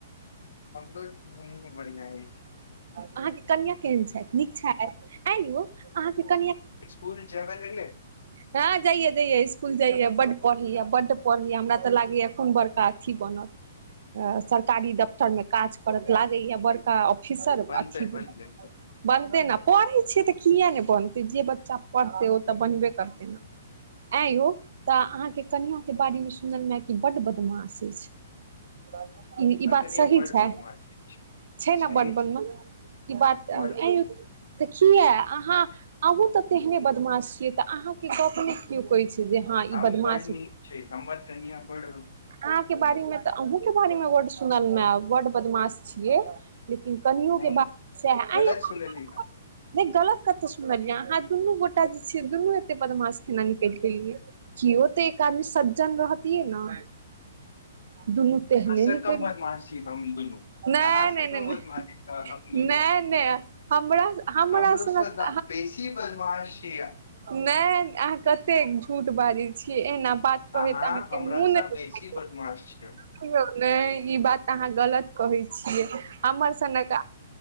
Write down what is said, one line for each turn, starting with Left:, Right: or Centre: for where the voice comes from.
Left: हमो खेनाय नय बढ़िआ अछि
Right: अहाँके कनिआ केहन छथि नीक छथि एं यौ अहाँके कनिआ
Left: इसकुल जैबे लगलै
Right: हँ जइया जइया इस्कुल जइया बड पढ़ैया बड पढ़ैया हमरा तऽ लागैया कोन बड़का अथी बनत सरकारी दफ्तर मे काज करत लागैया बड़का ऑफिसर
Left: बनतै
Right: अथीमे
Left: बनि जेतै
Right: बनतै ने पढ़ै छियै तऽ किए नय बनतै जे बच्चा पढ़तै ओ तऽ बनबे करतै तना आँं यौ तऽ अहाँके कनिआँ के बारे मे सुनलूहे कि बड्ड बदमाश अछि <unintelligible>
Left: न
Right: बात
Left: कर
Right: सही
Left: बड
Right: छै
Left: बधु <unintelligible> म छै
Right: छै ने
Left: सही
Right: बड्ड बदमाश
Left: छै
Right: ई बात तो
Left: बड बदमाश
Right: एं यौ तऽ किया अहाँ अहूँ तऽ तेहने बदमाश छियै तऽ अहाँ के गप ने कियो कहै छै जे हँ ई
Left: हम
Right: बदमाश
Left: बर नीक छी हमर कनिया बर
Right: अहाँ के बारे मे तऽ अहुं के बारे मे वर्ड सुनल मे वर्ड बदमाश छीयै लेकिन कनियो
Left: नहि
Right: के बात सेह
Left: गलत
Right: आ <unintelligible>
Left: सुनलियै अहाँ
Right: नय गलत कतऽ सुनलियै अहाँ दुनू गोटा जे छियै दुनू एते बदमाश केना निकलि गेलियै किओ तऽ एक आदमी सज्जन रहतियै न दुनू
Left: आहसे
Right: निकलि
Left: कम बदमास छी हम दुनू
Right: नहि
Left: आहा से
Right: नहि
Left: कम
Right: नहि
Left: बदमास
Right: नहि
Left: हम दूनू
Right: नहि नहि हमरा हमरा
Left: हमर
Right: सनक
Left: सो तब बेसी बादमश छी आहा
Right: नय अहाँ कतेक झूठ बाजै छीयै एना बात कहति
Left: अहाँ
Right: अहाँके
Left: हमरा
Right: मुँह नइ
Left: से
Right: दुखाइया
Left: बेसी बदमाश छी
Right: देखौ ने ई बात अहाँ गलत कहै छियै हमर सनक